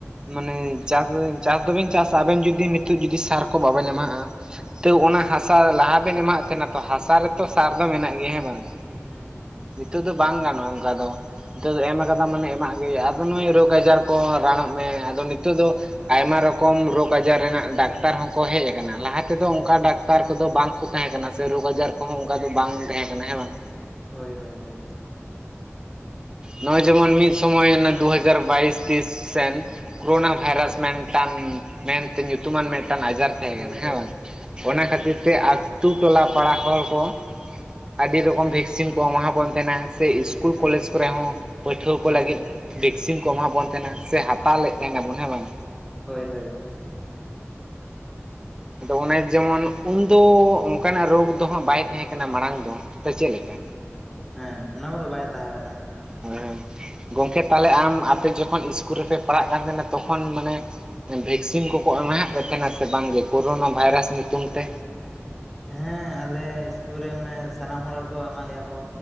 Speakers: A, on the right; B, in the centre.
A: ᱢᱟᱱᱮ
B: ᱦᱩᱸ
A: ᱪᱟᱥ ᱟᱹᱧ ᱪᱟᱥ ᱫᱩᱵᱤᱱ ᱪᱟᱥᱼᱟ, ᱟᱵᱮᱱ ᱡᱩᱫᱤ ᱱᱤᱛᱚᱜ ᱡᱩᱫᱤ ᱥᱟᱨ ᱠᱚ ᱵᱟᱵᱮᱱ ᱮᱢᱟ ᱦᱟᱸᱜᱼᱟᱼᱼ ᱛᱟᱹᱣ
B: ᱦᱮᱸ
A: ᱚᱱᱟ ᱦᱟᱥᱟ ᱞᱟᱦᱟ ᱨᱮ ᱞᱟᱦᱟ ᱮᱱ ᱮᱢᱟ ᱦᱟᱸᱜ ᱛᱟᱦᱮᱸᱱᱟ, ᱛᱚ ᱦᱟᱥᱟ ᱨᱮᱛᱚ ᱥᱟᱨ ᱫᱚ ᱢᱮᱱᱟᱜ ᱜᱮᱭᱟ ᱦᱮᱸ ᱵᱟᱝ?
B: ᱦᱩᱸ ᱦᱩᱸ᱾
A: ᱱᱤᱛᱚᱜ ᱫᱚ ᱵᱟᱝ ᱜᱟᱱᱚᱜ-ᱟ ᱚᱝᱠᱟ ᱫᱚ᱾ ᱱᱤᱛᱚᱜ ᱫᱚ ᱮᱢ ᱟᱠᱟᱫᱟᱢ ᱢᱟᱱᱮ ᱮᱢᱟᱜ ᱜᱮ ᱦᱩᱭᱩᱜ-ᱟ, ᱟᱫᱚ ᱱᱩᱭ ᱨᱳᱜᱽ ᱟᱡᱟᱨ ᱠᱚ ᱨᱟᱱᱚᱜ ᱢᱮ ᱟᱫᱚ ᱱᱤᱛ ᱛᱚᱜ ᱫᱚ
B: ᱦᱳᱭ
A: ᱟᱭᱢᱟ ᱨᱚᱠᱚᱢ ᱨᱳᱜᱽ ᱟᱡᱟᱨ ᱨᱮᱱᱟᱜ ᱰᱟᱠᱛᱟᱨ ᱦᱚᱸᱠᱚ ᱦᱮᱡ ᱟᱠᱟᱱᱟ ᱞᱟᱦᱟ ᱛᱮᱫᱚ ᱚᱝᱠᱟ
B: ᱦᱩᱸ
A: ᱰᱟᱠᱛᱟᱨ ᱠᱚᱫᱚ ᱵᱟᱝ ᱠᱚ ᱛᱟᱦᱮᱸ ᱠᱟᱱᱟ ᱥᱮ ᱨᱳᱜᱽ ᱟᱡᱟᱨ ᱠᱚᱦᱚᱸ ᱚᱝᱠᱟ ᱫᱚ ᱵᱟᱝ ᱛᱮᱦᱮᱸ ᱠᱟᱱᱟ ᱦᱮᱸ ᱵᱟᱝ?
B: ᱦᱳᱭ ᱦᱳᱭ ᱦᱳᱭ᱾
A: ᱱᱚᱜ-ᱚᱸᱭ ᱡᱮᱢᱚᱱ ᱢᱤᱫ ᱥᱚᱢᱚᱭ ᱚᱱᱮ ᱫᱩ ᱦᱟᱡᱟᱨ ᱵᱟᱹᱭᱤᱥ ᱛᱤᱥ ᱥᱮᱱ ᱠᱳᱨᱳᱱᱟ ᱵᱷᱟᱭᱨᱟᱥ ᱢᱮᱱ ᱴᱟᱱ ᱢᱮᱱ ᱛᱮ ᱧᱩᱛᱩᱢᱟᱱ ᱢᱮᱫ ᱴᱟᱝ ᱟᱡᱟᱨ ᱛᱟᱦᱮᱸ
B: ᱦᱳᱭ
A: ᱠᱟᱱᱟ ᱦᱮᱸ
B: ᱦᱳᱭ
A: ᱵᱟᱝ,
B: ᱦᱮᱸ
A: ᱚᱱᱟ
B: ᱦᱮᱸ
A: ᱠᱷᱟᱹᱛᱤᱨ ᱛᱮ ᱟᱹᱛᱩ ᱴᱚᱞᱟ ᱯᱟᱲᱟ ᱦᱚᱲ ᱠᱚ ᱟᱹᱰᱤ ᱨᱚᱠᱚᱢ ᱵᱷᱮᱠ ᱥᱤᱱ ᱠᱚ ᱮᱢᱟ ᱵᱚᱱ ᱛᱟᱦᱮᱸᱱᱟ, ᱥᱮ ᱤᱥᱠᱩᱞ
B: ᱦᱮᱸ
A: ᱠᱚᱞᱮᱡᱽ ᱠᱚᱨᱮ ᱦᱚᱸ ᱯᱟᱹᱴᱷᱩᱣᱟᱹ ᱠᱚ
B: ᱦᱳᱭ
A: ᱞᱟᱹᱜᱤᱫ
B: ᱦᱳᱭ
A: ᱵᱷᱮᱠᱥᱤᱱ ᱠᱚ ᱮᱢᱟ ᱵᱚᱱ ᱠᱟᱱᱟ ᱥᱮ ᱦᱟᱛᱟᱣ ᱞᱮᱜ ᱛᱮᱦᱮᱱᱟ ᱵᱳᱱ ᱦᱮᱸ ᱵᱟᱝ?
B: ᱦᱳᱭ ᱦᱳᱭ᱾
A: ᱟᱫᱚ ᱚᱱᱮ ᱡᱮᱢᱚᱱ ᱩᱱᱫᱚ ᱚᱱᱠᱟᱱᱟᱜ ᱨᱳᱜᱽ ᱫᱚ ᱦᱟᱸᱜ ᱵᱟᱭ ᱛᱟᱦᱮᱸ ᱠᱟᱱᱟ ᱢᱟᱲᱟᱝ ᱫᱚ᱾ ᱥᱮ ᱪᱮᱫ ᱞᱮᱠᱟ
B: ᱦᱩᱸ ᱦᱮᱸ ᱚᱱᱟ ᱠᱚᱫᱚ ᱵᱟᱭ ᱛᱟᱦᱮᱸ ᱠᱟᱱᱟ᱾
A: ᱦᱮᱸ ᱜᱚᱝᱠᱮ ᱛᱟᱦᱞᱮ ᱟᱢ ᱟᱯᱮ ᱡᱚᱠᱷᱚᱱ ᱤᱥᱠᱩᱞ ᱨᱮᱯᱮ ᱯᱟᱲᱦᱟᱜ ᱠᱟᱱ ᱛᱟᱦᱮᱱᱟ ᱛᱚᱠᱷᱚᱱ ᱢᱟᱱᱮ ᱵᱷᱮᱠᱥᱤᱱ ᱠᱚᱠᱚ ᱮᱢᱟ ᱦᱟᱫ ᱯᱮᱛᱷᱮᱱᱟ ᱥᱮ ᱵᱟᱝ ᱜᱮ ᱠᱳᱨᱳᱱᱟ ᱵᱷᱟᱭᱨᱟᱥ ᱧᱩᱛᱩᱢ ᱛᱮ?
B: ᱦᱮᱸ ᱟᱞᱮ ᱤᱥᱠᱩᱞ ᱨᱮ ᱢᱟᱱᱮ ᱥᱟᱱᱟᱢ ᱦᱚᱲ ᱜᱮᱠᱚ ᱮᱢᱟᱜ ᱞᱮᱭᱟ ᱠᱚ